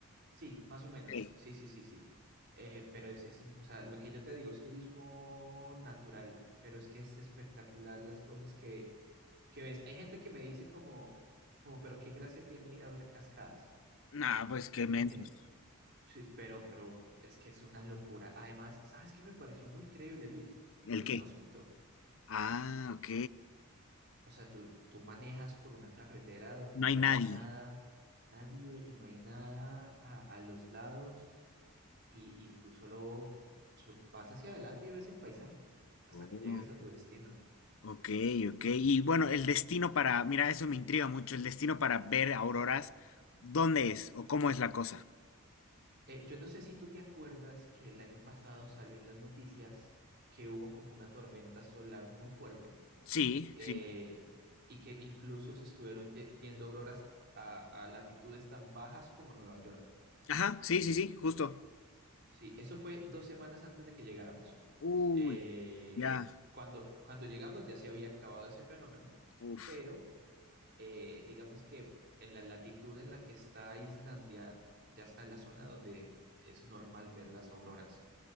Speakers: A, on the right; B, on the left.
A: Sí, más o menos.
B: Ok.
A: Sí, sí, sí, sí. Eh, pero es, es in- o sea, lo que yo te digo es turismo natural, pero es que es espectacular las cosas que, que ves. Hay gente que me dice como, como, pero qué gracia tiene ir a ver cascadas.
B: Nah, pues qué
A: <laughs>
B: mensos.
A: Sí, pero, pero es que es una locura. Además, ¿sabes qué me pareció muy increíble, Luis?
B: ¿El
A: Lo
B: qué?
A: inhóspito.
B: Ah, ok.
A: O sea, tú, tú manejas por una carretera donde
B: No
A: no
B: hay nadie.
A: hay nada, nadie y no hay nada a, a los lados. y, y tú solo so- vas hacia adelante y ves el paisaje hasta
B: Oh,
A: que llegas a tu destino.
B: ok, ok. Y bueno, el destino para, mira, eso me intriga mucho, el destino para ver auroras, ¿dónde es o cómo es la cosa?
A: Eh, yo no sé si tú te acuerdas que el año pasado salió en las noticias que hubo como una tormenta solar muy fuerte
B: Sí,
A: eh,
B: sí.
A: y que incluso se estuvieron ye- viendo auroras a, a latitudes tan bajas como Nueva York.
B: Ajá, sí, sí, sí, justo.
A: Sí, eso fue dos semanas antes de que llegáramos.
B: Uy,
A: Eh,
B: ya.
A: cuando, cuando llegamos ya se había acabado ese fenómeno,
B: Uf.
A: pero eh, digamos que en la latitud en la que está Islandia, ya está en la zona donde es normal ver las auroras.